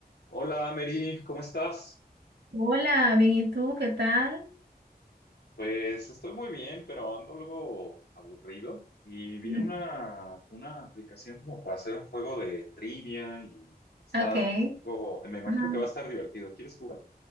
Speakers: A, on the left (about 75°); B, on the right (about 85°).
A: Hola, Mary, ¿cómo estás?
B: Hola, bien, ¿y tú? ¿Qué tal?
A: Pues estoy muy bien, pero ando algo aburrido y vi
B: Mm.
A: una, una aplicación como para hacer un juego de trivia y está
B: Ok.
A: algo- me imagino
B: Ajá.
A: que va a estar divertido. ¿Quieres jugar?